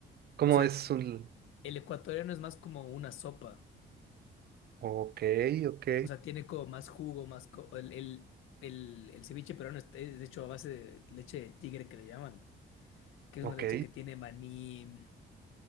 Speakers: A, on the right; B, on the left.
A: Como
B: o sea,
A: es un...
B: el ecuatoriano es más como una sopa,
A: Ok, ok,
B: o sea, tiene como más jugo, más... co- el, el, el, el ceviche peruano es es de hecho a base de leche de tigre que le llaman, que es
A: ok.
B: una leche que tiene maní,